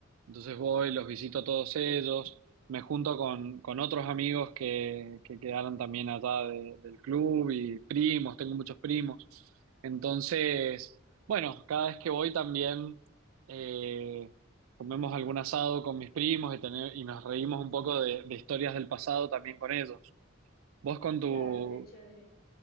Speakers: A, on the right (about 90°); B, on the left (about 50°).
A: entonces voy, los visito a todos ellos, me junto con, con otros amigos que, que quedaron también allá de- del club y primos, tengo muchos primos. Entonces, bueno, cada vez que voy también eh, comemos algún asado con mis primos y, tener- y nos reímos un poco de, de historias del pasado también con ellos. ¿Vos con tu,
B: Claro, qué chévere.